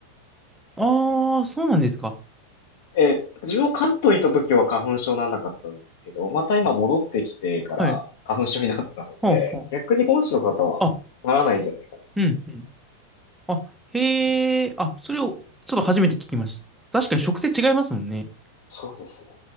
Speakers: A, in the centre; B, on the left.
A: あー、そうなんですか。
B: えー、自分も関東行った時は花粉症なんなかったんですけど、また今戻ってきてから花粉症になったので、
A: はい。ほうほ
B: 逆に本州の方はならないんじゃないかな。
A: う。うん、うん。あ、へえ、あ、それを、ちょっと初めて聞きました。確かに植生違いますもんね。
B: そうですね。